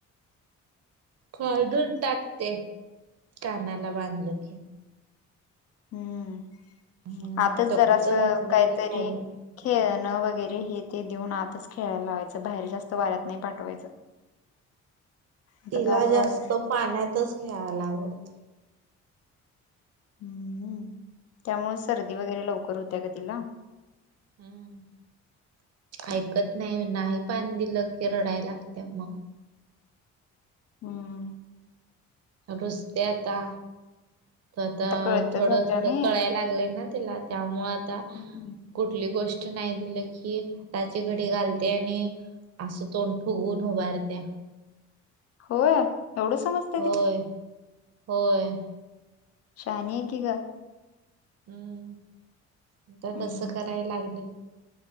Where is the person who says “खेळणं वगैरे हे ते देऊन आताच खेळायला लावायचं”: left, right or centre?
Left